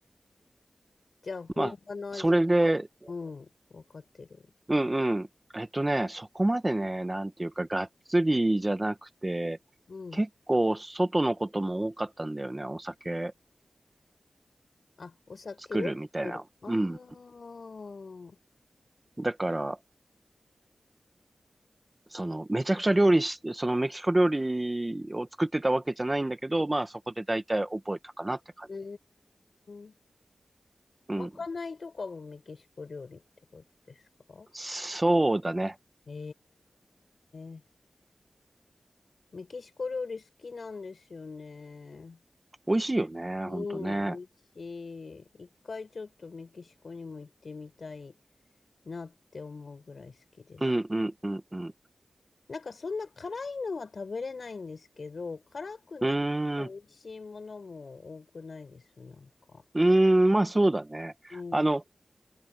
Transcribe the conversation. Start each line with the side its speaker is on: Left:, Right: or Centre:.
Left: じゃあ、本場の味が、
Right: まあ、それで、
Left: うん、わかってる。
Right: うんうん。えっとね、そこまでね、なんていうか、がっつりじゃなくて、
Left: うん。
Right: 結構外のことも多かったんだよね。お酒
Left: あ、お酒を作る。
Right: 作るみたいな。
Left: ああ。
Right: うん。だから、その、めちゃくちゃ料理し、そのメキシコ料理を作ってたわけじゃないんだけど、まあそこで大体覚えたかなって感じ。
Left: うーん。
Right: うん。
Left: まかないとかもメキシコ料理ってことですか
Right: そうだね。
Left: ええ。メキシコ料理好きなんですよね。
Right: 美味しいよね、
Left: うん、
Right: ほんとね。
Left: 美味しい。一回ちょっとメキシコにも行ってみたいなって思うぐらい好きです。
Right: うんうんうんうん。
Left: なんかそんな辛いのは食べれないんですけど、辛くなくて美味しいものも多くないです、
Right: うーん、
Left: なんか。
Right: うーん、まあそうだね。
Left: うん、
Right: あの、